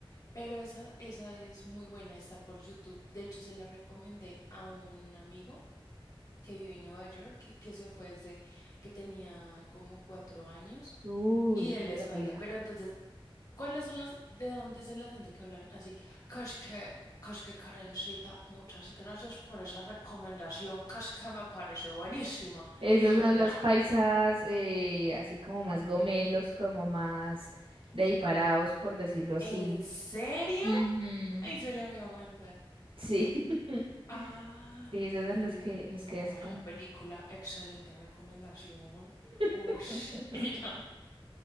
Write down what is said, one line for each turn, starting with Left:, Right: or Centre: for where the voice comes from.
Left: pero esa, esa es muy buena, está por YouTube. De hecho, se la recomendé a un amigo que vive en Nueva York, que, que se fue desde que tenía como cuatro años
Right: Uy,
Left: Y
Right: toda
Left: él es
Right: la
Left: paisa.
Right: vida.
Left: Pero entonces, ¿cuáles son los, de dónde es el acento que hablan así? Kashke, Kashke Karencita, muchas gracias por esa recomendación. Kashke me pareció buenísima.
Right: Esos
Left: Y yo,
Right: son los
Left: ah,
Right: paisas, eh, así como más gomelos, como más de diparados, por decirlo así.
Left: ¿en serio?
Right: Ujú,
Left: Ahí se la voy a montar.
Right: Sí, <laughs>
Left: Ah,
Right: sí,
Left: ok.
Right: esos
Left: Y
Right: son
Left: él
Right: los
Left: dice,
Right: que, los
Left: no,
Right: que así como...
Left: esa película, excelente recomendación. Ush.
Right: <laughs>
Left: <laughs> Y yo,